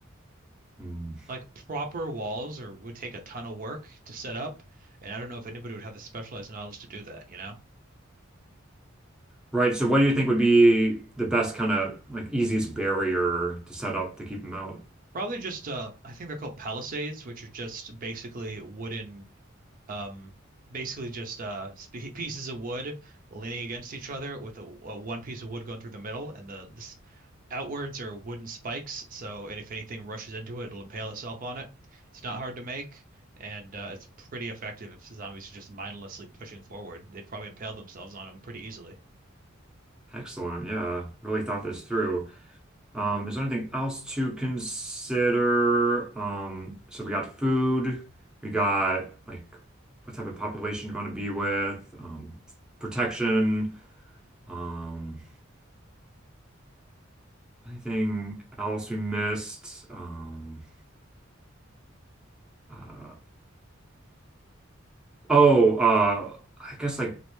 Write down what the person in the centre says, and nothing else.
Hmm.
Right. So what do you think would be the best kind of like easiest barrier to set up to keep them out?
Excellent. Yeah. Really thought this through. Um, is there anything else to consider? Um, so we got food, we got like what type of population you want to be with, um, protection, um, anything else we missed? Um, uh, oh, uh, I guess like